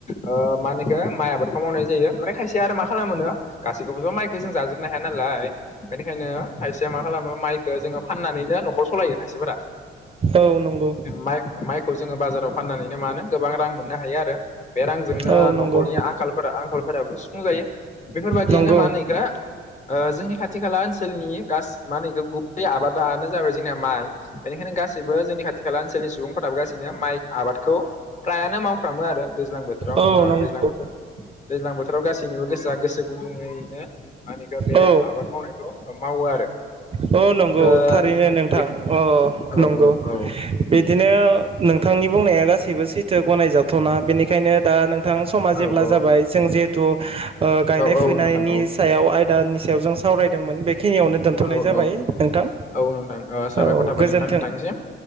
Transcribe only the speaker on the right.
औ नंगौ।
औ नंगौ
नंगौ
औ
नंगौ
औ
औ नंगौ
थारैनो नोंथां
अ अ
नंगौ
बिदिनो नोंथांनि बुंनाया गासैबो सैथो गनाय जाथावना बेनिख बेखायनो दा नोंथां समा जेब्ला
जाबाय जों जिहेथु ओ गायनाय
फुनायनि
सायाव आय नि सायाव जों सावरायदोंमोन बेखिनियावनो दोनथनाय
जाबाय
नोंथां
औ
गोजोनथों